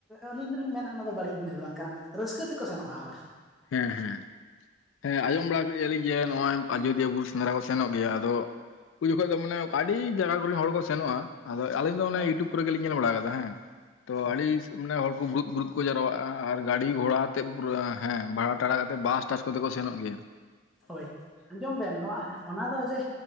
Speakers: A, in the centre; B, on the left.
A: ᱟᱹᱞᱤᱧ ᱫᱚᱞᱤᱧ ᱢᱮᱱᱟ ᱚᱱᱟ ᱫᱚ ᱵᱟᱹᱲᱤᱡ ᱡᱤᱱᱤᱥ ᱫᱚ ᱵᱟᱝ ᱠᱟᱱᱟ ᱾ ᱨᱟᱹᱥᱠᱟᱹ ᱛᱮᱠᱚ ᱥᱮᱱᱚᱜᱼᱟ ᱦᱚᱲ ᱾
B: ᱦᱮᱸ ᱦᱮᱸ ᱾ ᱦᱮᱸ ᱟᱸᱡᱚᱢ ᱵᱟᱲᱟ ᱠᱟᱜ ᱭᱮᱭᱟᱞᱤᱧ ᱡᱮ ᱱᱚᱣᱟ ᱟᱡᱚᱫᱤᱭᱟᱹ ᱵᱩᱨᱩ ᱥᱮᱸᱫᱽᱨᱟ ᱠᱚ ᱥᱮᱱᱚᱜ ᱜᱮᱭᱟ ᱟᱫᱚ ᱩᱱ ᱡᱚᱠᱷᱚᱱ ᱫᱚ ᱢᱟᱱᱮ ᱟᱹᱰᱤ ᱡᱟᱭᱜᱟ ᱠᱚᱨᱮᱱ ᱦᱚᱲ ᱠᱚ ᱥᱮᱱᱚᱜᱼᱟ ᱾ ᱟᱫᱚ ᱟᱹᱞᱤᱧ ᱫᱚ ᱚᱱᱮ
A: ᱦᱳᱭ
B: ᱤᱭᱩᱴᱩᱵᱽ ᱠᱚᱨᱮ ᱜᱮᱞᱤᱧ ᱧᱮᱞ ᱵᱟᱲᱟ ᱟᱠᱟᱫᱟ ᱦᱮᱸ ᱾ ᱛᱚ
A: ᱦᱳᱭ
B: ᱟᱹᱰᱤ ᱢᱟᱱᱮ ᱦᱚᱲᱠᱚ ᱵᱩᱨᱩᱫ ᱵᱩᱨᱩᱫ ᱠᱚ ᱡᱟᱨᱣᱟᱜᱼᱟ ᱟᱨ ᱜᱟᱹᱰᱤ ᱜᱷᱚᱲᱟ ᱟᱛᱮᱫ ᱯᱩᱨᱟᱹ ᱦᱮᱸ ᱵᱷᱟᱲᱟ ᱴᱟᱲᱟ ᱠᱟᱛᱮ ᱵᱟᱥ ᱴᱟᱥ ᱠᱚᱛᱮ ᱠᱚ ᱥᱮᱱᱚᱜ ᱜᱮᱭᱟ ᱾
A: ᱦᱳᱭ, ᱟᱸᱡᱚᱢ ᱵᱮᱱ ᱱᱚᱣᱟ ᱚᱱᱟ ᱫᱚ ᱡᱮ,